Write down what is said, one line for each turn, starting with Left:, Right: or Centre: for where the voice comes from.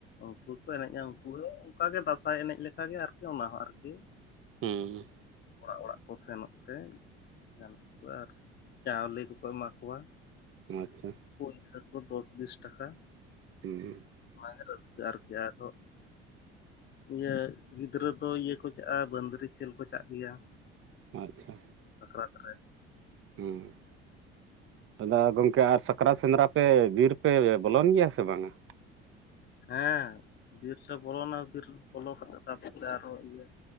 Left: ᱩᱱᱠᱩ ᱠᱚ ᱮᱱᱮᱡᱼᱟ ᱩᱱᱠᱩ ᱚᱱᱠᱟ ᱜᱮ ᱫᱟᱸᱥᱟᱭ ᱮᱱᱮᱡ ᱞᱮᱠᱟ ᱜᱮ ᱟᱨᱠᱤ ᱚᱱᱟ ᱦᱚᱸ ᱟᱨᱠᱤ
Right: ᱦᱩᱸ ᱦᱩᱸ
Left: ᱚᱲᱟᱜ ᱚᱲᱟᱜ ᱠᱚ ᱥᱮᱱᱚᱜ ᱛᱮ ᱜᱟᱱᱚᱜ ᱠᱚᱣᱟ ᱟᱨ ᱪᱟᱣᱞᱮ ᱠᱚ ᱠᱚ ᱮᱢᱟ ᱠᱚᱣᱟ
Right: ᱟᱪᱪᱷᱟ
Left: ᱯᱚᱭᱥᱟ ᱛᱚ ᱫᱚᱥ ᱵᱤᱥ ᱴᱟᱠᱟ
Right: ᱦᱩᱸ
Left: ᱚᱱᱟ ᱜᱮ ᱛᱚ ᱨᱟᱹᱥᱠᱟᱹ ᱟᱨᱠᱤ ᱟᱨᱸᱦᱚ ᱤᱭᱟᱹ ᱜᱤᱫᱽᱨᱟᱹ ᱫᱚ ᱤᱭᱟᱹ ᱠᱚ ᱪᱟᱜᱼᱟ ᱵᱟᱹᱫᱽᱨᱤ ᱠᱷᱮᱞ ᱠᱚ ᱪᱟᱜ ᱜᱮᱭᱟ
Right: ᱟᱪᱪᱷᱟ
Left: ᱥᱟᱠᱨᱟᱛ ᱨᱮ
Right: ᱦᱩᱸ ᱫᱟᱫᱟ ᱜᱚᱝᱠᱮ ᱟᱨ ᱥᱟᱠᱨᱟᱛ ᱥᱮᱸᱫᱽᱨᱟ ᱯᱮ ᱵᱤᱨ ᱯᱮ ᱵᱚᱞᱚᱱ ᱜᱮᱭᱟ ᱥᱮ ᱵᱟᱝ-ᱟ
Left: ᱦᱮᱸ ᱵᱤᱨ ᱥᱮᱫ ᱵᱚᱞᱚᱱᱟ ᱵᱤᱨ ᱵᱚᱞᱚ ᱠᱟᱛᱮ ᱛᱟᱨ ᱯᱚ ᱨᱮ ᱟᱨᱚ ᱤᱭᱟᱹ